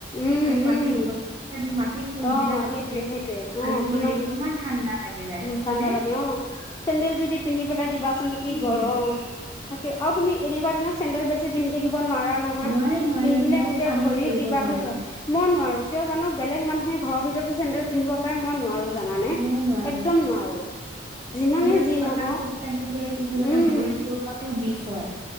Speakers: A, on the left; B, on the right.
A: উম-উম।
B: আমি মাটিৰ গছ এতিয়া তুমি মাটিত খোজ
A: অ
B: দিলে চাবাচোন
A: সেইটোৱে সেইটোয়ে
B: খালী
A: অ কিমান
B: ভৰিৰে ঠাণ্ডা লাগি যায়
A: ঠাণ্ডা
B: হয়নে?
A: লাগে অ চেন্দেল যদি পিন্ধি পেলাই দিবাচোন কি
B: উম।
A: গৰম থাকি আৰু তুমি এনেকুৱা দিনত চেন্দেল বেছি পিন্ধি থাকিব নোৱাৰা নহয়
B: নোৱাৰি নোৱাৰি
A: পিন্ধিলে
B: মই
A: গোটেই
B: যে কামেই
A: ভৰি
B: কৰিব
A: কিবা
B: নোৱাৰো
A: হৈ যায় মই নোৱাৰো কিয় জানো বেলেগ মানুহ সেই ঘৰৰ ভিতৰতো চেন্দেল পিন্ধিব পাৰে মই নোৱাৰো জানানে
B: ময়ও নোৱাৰো
A: একদম নোৱাৰো। যিমানে
B: আৰু একে
A: যি
B: পাকাত
A: নহওক
B: খোজকাঢ়ি থাকিলে কি হয় জানা
A: উম
B: ভৰিৰ তলুৱাটো বিষ হয়।